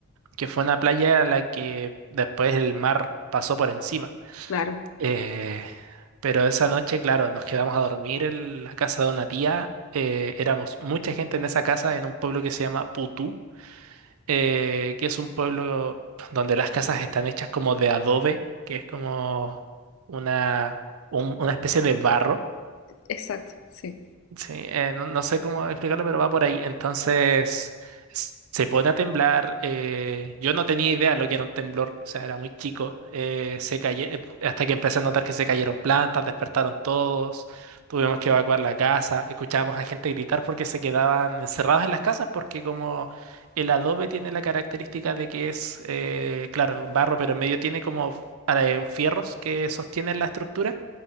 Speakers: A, on the right; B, on the left.
A: que fue una playa a la que después el mar pasó por encima.
B: claro,
A: Eh, pero esa noche, claro, nos quedamos a dormir en la casa de una tía, eh, éramos mucha gente en esa casa, en un pueblo que se llama Putú, eh, que es un pueblo donde las casas están hechas como de adobe, que es como una, un- una especie de barro.
B: exacto, sí.
A: Sí, eh, no, no sé cómo explicarlo, pero va por ahí. Entonces, s- se pone a temblar. eh, yo no tenía idea lo que era un temblor, o sea, era muy chico. eh, se caye- hasta que empecé a notar que se cayeron plantas, despertaron todos, tuvimos que evacuar la casa, escuchábamos a gente gritar porque se quedaban encerrados en las casas, porque como el adobe tiene la característica de que es, eh, claro, barro, pero en medio tiene como ah, eh, fierros que sostienen la estructura.